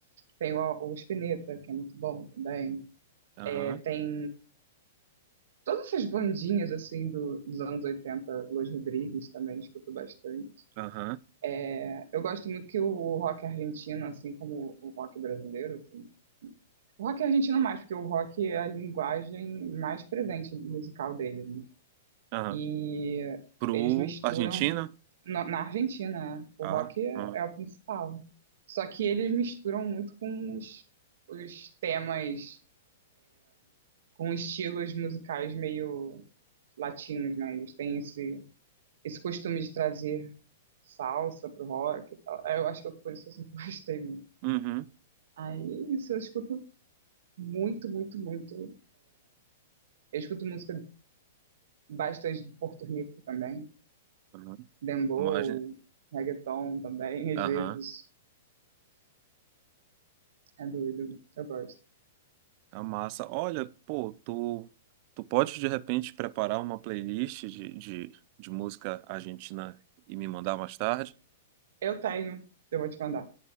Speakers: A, on the right; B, on the right.
A: Tem o, o Spinetta, que é muito bom também.
B: aham,
A: É, tem todas essas bandinhas assim do- dos anos 80, Los Rodrigues também escuto bastante.
B: aham,
A: É, Eu gosto muito que o rock argentino, assim como o rock brasileiro, assim, O rock argentino mais, porque o rock é a linguagem mais presente musical deles, né?
B: aham.
A: E
B: Pro
A: eles misturam
B: Argentina?
A: na na Argentina, né? o
B: Ah,
A: rock é,
B: hum.
A: é o principal. Só que eles misturam muito com os, os temas, com estilos musicais meio latinos, né? Eles têm esse, esse costume de trazer salsa pro rock. e tal. Eu acho que por isso eu sempre <laughs> gostei muito.
B: uhum.
A: Aí isso, eu escuto muito, muito, muito. Eu escuto música bastante de Porto Rico também.
B: uhum.
A: Dembow,
B: Mas,
A: reggaeton também, às
B: aham.
A: vezes é doido, eu gosto.
B: A massa. Olha, pô, tu, tu pode de repente preparar uma playlist de, de, de música argentina e me mandar mais tarde?
A: Eu tenho, eu vou te mandar.